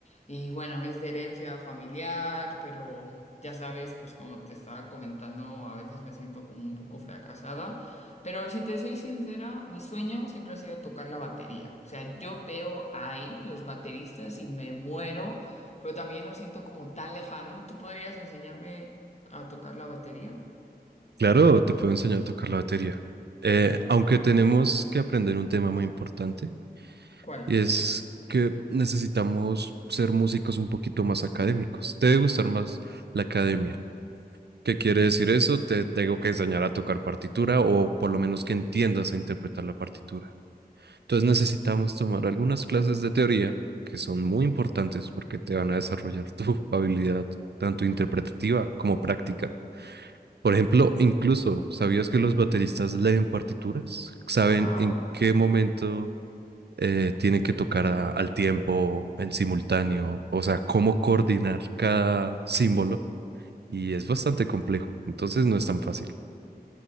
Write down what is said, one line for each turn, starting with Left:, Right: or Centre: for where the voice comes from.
Left: y bueno, es de herencia familiar, pero ya sabes, pues como te estaba comentando, a veces me siento como un poco fracasada. Pero si te soy sincera, mi sueño siempre ha sido tocar la batería. O sea, yo veo ahí los bateristas y me muero, pero también lo siento como tan lejano. ¿Tú podrías enseñarme a tocar la batería?
Right: claro, te puedo enseñar a tocar la batería. Eh, aunque tenemos que aprender un tema muy importante,
Left: ¿Cuál?
Right: y es que necesitamos ser músicos un poquito más académicos. Te debe gustar más la academia. ¿Qué quiere decir eso? Te tengo que enseñar a tocar partitura o por lo menos que entiendas a interpretar la partitura. Entonces necesitamos tomar algunas clases de teoría que son muy importantes porque te van a desarrollar tu <laughs> habilidad tanto interpretativa como práctica. Por ejemplo, incluso, ¿sabías que los bateristas leen partituras? ¿Saben
Left: Wow.
Right: en qué momento eh, tienen que tocar a- al tiempo, en simultáneo? O sea, cómo coordinar cada símbolo. Y es bastante complejo, entonces no es tan fácil.